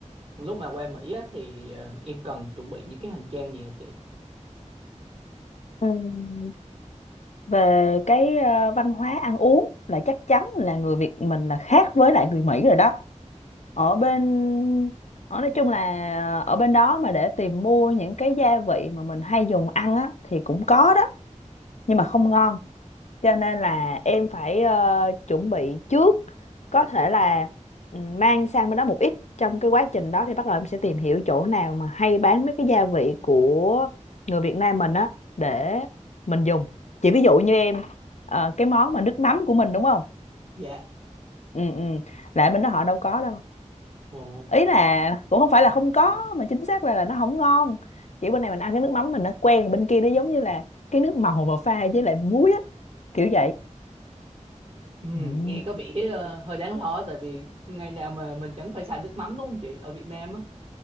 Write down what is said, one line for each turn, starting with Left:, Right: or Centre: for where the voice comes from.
Right: lúc mà qua Mỹ á, thì ờ, em cần chuẩn bị những cái hành trang gì hả chị?
Left: Ừ. Về cái ờ, văn hóa ăn uống là chắc chắn là người Việt mình là khác với lại người Mỹ rồi đó. ở bên ở nói chung là ở bên đó mà để tìm mua những cái gia vị mà mình hay dùng ăn á thì cũng có đó nhưng mà không ngon cho nên là em phải ờ, chuẩn bị trước có thể là ừ, mang sang bên đó một ít trong cái quá trình đó thì bắt đầu em sẽ tìm hiểu chỗ nào mà hay bán mấy cái gia vị của người Việt Nam mình á để mình dùng chỉ ví dụ như em ờ, cái món mà nước mắm của mình đúng không
Right: Dạ.
Left: ừ ừ là ở bên đó họ đâu có đâu
Right: Ồ.
Left: ý là cũng không phải là không có mà chính xác ra là nó không ngon kiểu bên này mình ăn cái nước mắm mình nó quen bên kia nó giống như là cái nước màu mà pha với lại muối á kiểu vậy
Right: Ừ,
Left: Ừ.
Right: nghe có vẻ ờ, hơi đáng lo tại vì ngày nào mà mình chẳng phải xài nước mắm đúng không chị ở Việt Nam á